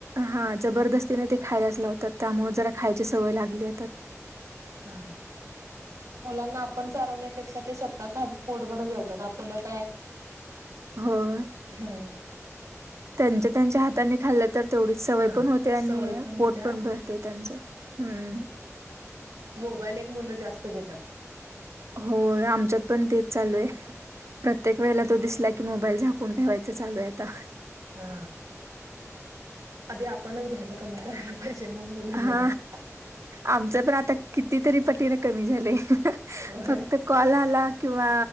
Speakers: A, on the right; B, on the right.
A: हा जबरदस्तीने ते खायलाच लावतात. त्यामुळे जरा खायची सवय लागली आहे.
B: हा मुलांना आ पण चारवण्यापेक्षा ते स्वतःपोट भर जेवतात आपलं काय,
A: हं
B: हा
A: त्यांच्या त्यांच्या हाताने खाल्लं तर तेवढीच सवय
B: हा
A: पण होते आणि
B: सवय होत्या
A: पोट पण भरते त्यांच हम्म,
B: मोबाईल एक मुलं जास्त घेतात.
A: हो आमच्यात पण तेच चालू आहे. प्रत्येक वेळेला तो दिसला की, की मोबाईल झाकून ठेवायचं चालू आहे. आता,
B: हा आधी आपणच घ्यायला कमी करायला पाहिजे. मग मुलं
A: हा
B: घेणार
A: आमचं पण आता कितीतरी पटीने कमी झालंय.
B: होय
A: फक्त कॉल आला किंवा